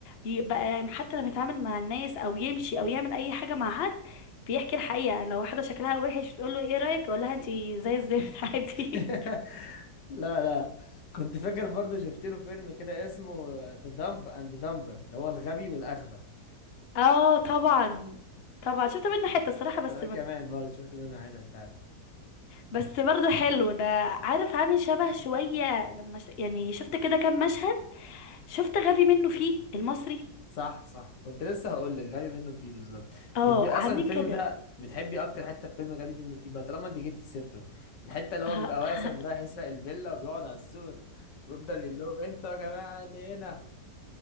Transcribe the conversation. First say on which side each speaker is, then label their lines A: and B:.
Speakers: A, on the left; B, on the left.
A: ي- بقى حتى لما يتعامل مع الناس او يمشي او يعمل اي حاجة مع حد بيحكي الحقيقة لو واحدة شكلها وحش تقول له ايه رأيك يقول لها انتي زي الزفت <laughs> عادي
B: <laughs> لا لا كنت فاكر برضه شفت له فيلم كده اسمه ذا دمب اند دمبر اللي هو الغبي والاغبى
A: اه طبعا طبعا شفت منه حتة صراحة بس
B: انا
A: م...
B: كمان برضه شفت منه حتت فعلا
A: بس برضه حلو ده عارف عامل شبه شوية لما ش... يعني شفت كده كام مشهد شفت غبي منه فيه المصري
B: صح صح كنت لسه هقول لك غبي منه فيه بالظبط
A: اه
B: انت اصلا
A: عاملين
B: الفيلم
A: كده
B: ده بتحبي اكتر حته في فيلم غبي منه فيه بقى طالما انت جبت سيرته الحته اللي هو
A: <laughs>
B: بيبقى واسم رايح يسرق الفيلا وبيقعد على السور ويفضل يقول لهم انتوا يا جماعه اللي هنا